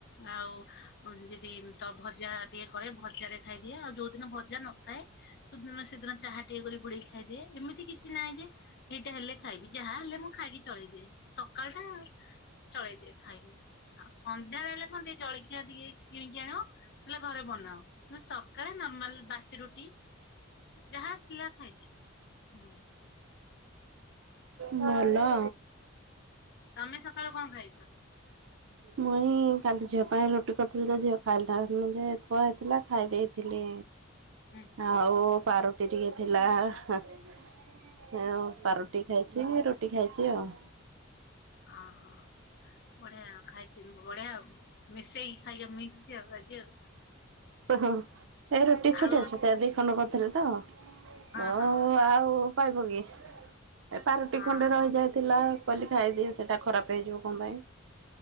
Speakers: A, on the left; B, on the right.
A: ଆଉ ଯଦି ତ ଭଜା ଟିକେ କରେ ଭଜା ରେ ଖାଇଦିଏ ଆଉ ଯୋଉଦିନ ଭଜା ନଥାଏ ସୁଦିନ ସେଦିନ ଚାହା ଟିକେ କରି ବୁଡେଇକି ଖାଇଦିଏ ଏମିତି କିଛି ନାହିଁ ଯେ ଏଇଟା ହେଲେ ଖାଇବି ଯାହା ହେଲେ ମୁଁ ଖାଇକି ଚଳେଇଦିଏ ସକାଳ ଟା ଚଳେଇ ଦିଏ ଖାଇବି ଆଉ ସନ୍ଧ୍ୟା ହେଲେ କଣ ଟିକେ ଜଳଖିଆ ଟିକେ କିଣିକି ଆଣ ନଲେ ଘରେ ବନାଅ ନ ସକାଳେ ନର୍ମାଲ ବାସି ରୁଟି ଯାହା ଥିଲା ଖାଇଦିଏ। ହଁ।
B: ମାଲୋ
A: ତମେ ସକାଳୁ କଣ ଖାଇଛ?
B: ମୁଁ କାଲି ଝିଅ ପାଇଁ ରୁଟି କରିଥିଲି ଯେ ଝିଅ ଖାଇଲାନି ଯେ ଥୁଆ ହେଇଥିଲା ଖାଇ ଦେଇେଇଥିଲି।
A: ହୁଁ
B: ଆଉ ପାରୁଟି ଟିକେ ଥିଲା ହେ ଏ। ଆଉ ପାରୁଟି ଖାଇଛି ରୁଟି ଖାଇଛି ଆଉ।
A: ଅହ ବଢିଆ ଖାଇଛି ବଢିଆଉ ମିଶେଇକି ଖାଇଜା ମିକ୍ସ। ଆଉ ଆଜି ଆଉ।
B: ଉ ହୁଁ ଏ ରୁଟି ଛୁଟିଆ
A: ଆଉ
B: ଛୁଟିଆ ଦି ଖଣ୍ଡ କରିଥିଲି ତ
A: ହଁ
B: ଓ
A: ହଁ ହଁ
B: ଆଉ ପାଇବ କି ଏ ପାରୁଟି
A: ହଁ
B: ଖଣ୍ଡେ ରହିଯାଇ ଥିଲା କହିଲି ଖାଇଦିଏ, ସେଟା ଖରାପ ହେଇଯିବ କଣ ପାଇଁ?